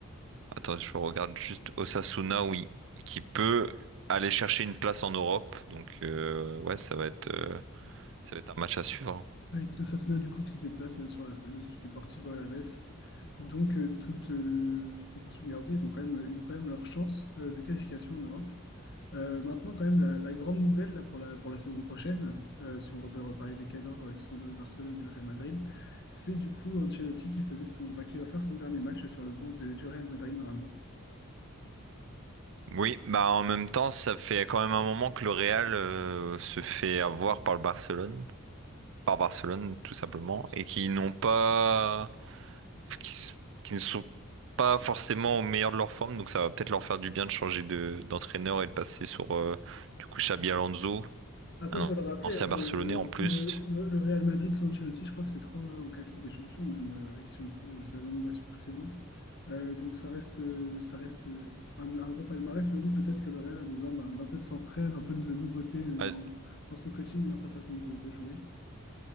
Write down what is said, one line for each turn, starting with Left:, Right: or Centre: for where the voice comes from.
Right: Attends, je regarde juste Osasuna, oui, qui peut aller chercher une place en Europe. Donc euh, ouais, ça va être euh, ça va être un match à suivre. hein.
Left: Avec Pino Sassona, du coup, qui se déplace euh, sur la pelouse du Deportivo Alavés. Donc, euh, toute, euh, toute proportion gardée, ils ont quand même, euh, ils ont quand même leur chance euh, de qualification en Europe. Euh, maintenant, quand même, la, la grande nouvelle là, pour la, pour la saison prochaine, euh, si on veut reparler des cadors euh, qui sont le Barcelone et le Real Madrid, c'est du coup Ancelotti qui faisait son, enfin, qui va faire son dernier match sur le banc de- du Real Madrid, normalement.
Right: Oui, bah en même temps, ça fait quand même un moment que le Real euh, se fait avoir par le Barcelone, par Barcelone tout simplement, et qui n'ont pas, qui, s- qui ne sont pas forcément au meilleur de leur forme. Donc ça va peut-être leur faire du bien de changer de d'entraîneur et de passer sur euh, du coup Xabi Alonso,
Left: Après,
Right: un
Left: il
Right: an-
Left: faut le rappeler,
Right: ancien
Left: hein,
Right: Barcelonais
Left: euh,
Right: en plus.
Left: le, le- le Real Madrid sous Ancelotti, je crois que c'est trois ou quatre Ligues des Champions, même euh, avec si on prend euh, sa domination précédente. Euh, donc ça reste, euh, ça reste euh, un, un gros palmarès, mais oui, peut-être que le Real a besoin d'un d'un peu de sang frais, d'un peu de nouveauté euh, dans,
Right: Euh,
Left: dans son coaching et dans sa façon de, de jouer.